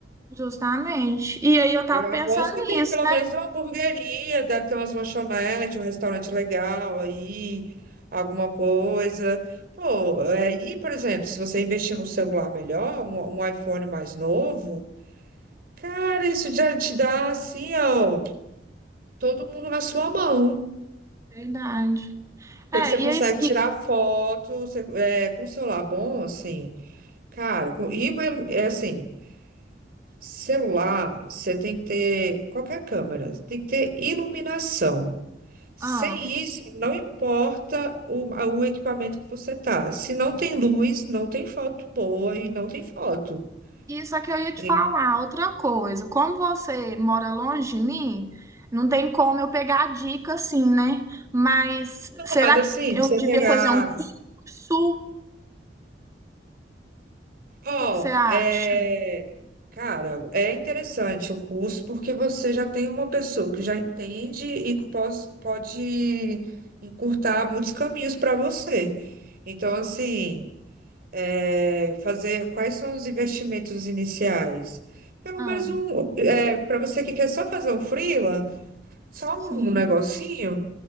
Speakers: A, on the right; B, on the right.
A: justamente. E aí eu tava
B: E Eu
A: pensando
B: aposto que tem
A: nisso,
B: pelo
A: né?
B: menos uma hamburgueria, deve ter umas lanchonetes, um restaurante legal aí, alguma coisa. Pô, aí, por exemplo, se você investir num celular melhor, um um iPhone mais novo. Cara, isso já te dá assim, ó, todo mundo na sua mão.
A: Verdade.
B: que
A: É,
B: você
A: e
B: consegue
A: aí,
B: tirar
A: e,
B: foto, você- é, com um celular bom, assim, cara, com, e uma ilu- é assim, celular, você tem que ter qualquer câmera, tem que ter iluminação. Sem
A: ah,
B: isso, não importa o, a- o equipamento que você tá. Se não tem luz, não tem foto boa e não tem foto.
A: isso é que eu ia te
B: Então,
A: falar, outra coisa. Como você mora longe de mim, não tem como eu pegar a dica assim, né? Mas será
B: mas assim,
A: que eu
B: pra você
A: devia
B: pegar
A: fazer um curso? O
B: Ó,
A: que que você acha?
B: é, cara, é interessante o curso porque você já tem uma pessoa que já entende e que pos- pode encurtar muitos caminhos para você. Então, assim, é, fazer quais são os investimentos iniciais? Pelo
A: Ah,
B: menos um, é, para você que quer só fazer um freela, só
A: sim,
B: um negocinho.